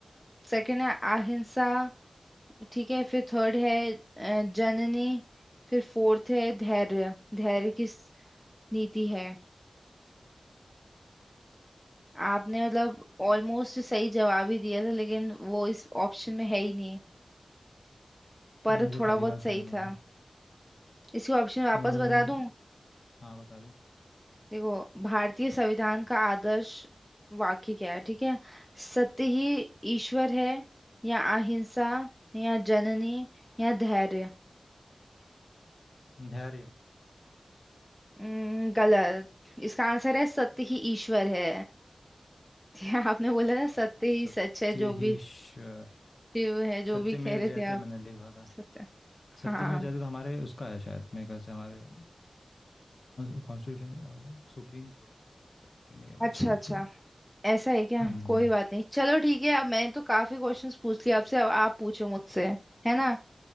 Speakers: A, in the centre; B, on the left (about 55°).
A: सेकंड है अहिंसा ठीक है फिर थर्ड है अ, जननी फिर फोर्थ है धैर्य धैर्य की स- नीति है आपने मतलब ऑलमोस्ट सही जवाब ही दिया था लेकिन वो इस ऑप्शन में है ही नहीं पर
B: यार ये तो
A: थोड़ा
B: पहली
A: बहुत
B: बार सुना
A: सही
B: मैंने
A: था इसके ऑप्शन वापस
B: अ,
A: बता दूं
B: हाँ बता दे
A: देखो भारतीय संविधान का आदर्श वाक्य क्या है ठीक है सत्य ही ईश्वर है या अहिंसा या जननी या धैर्य
B: धैर्य
A: अम्म, गलत इसका आंसर है सत्य ही ईश्वर है <laughs> क्या
B: अच्छा
A: आपने बोला था सत्य ही
B: सत्य
A: सच है जो
B: ही
A: भी
B: ईश्वर
A: शिव है जो
B: सत्यमेव
A: भी कह रहे
B: जयते
A: थे आप
B: मैंने लिखा था
A: सत्य
B: सत्यमेव
A: हाँ
B: जयते तो हमारे उसका है शायद मेरे ख्याल से हमारे कॉन्स्टिट्यूशन सुप्रीम कोर्ट का है शायद सत्यमेव
A: अच्छा
B: जयते
A: अच्छा ऐसा है क्या
B: हम्म
A: कोई बात नहीं चलो ठीक है अब मैंने तो काफी क्वेश्चंस पूछ लिए आपसे अब आप पूछो मुझसे है ना